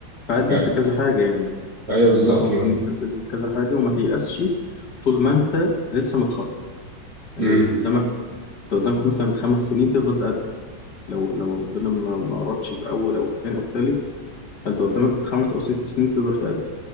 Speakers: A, on the left; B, on the right.
A: فقدم
B: آه،
A: في كذا حاجة يعني
B: أيوه بالظبط
A: أنا قصدي
B: ما
A: إن أنت تقدم في كذا حاجة وما تيأسش طول ما أنت لسه متخرج يعني
B: مم.
A: قدامك أنت قدامك مثلا خمس سنين تفضل تقدم لو لو ربنا ما ما أردش في أول أو في تاني أو في تالت فأنت قدامك خمس أو ست سنين تقدر تقدم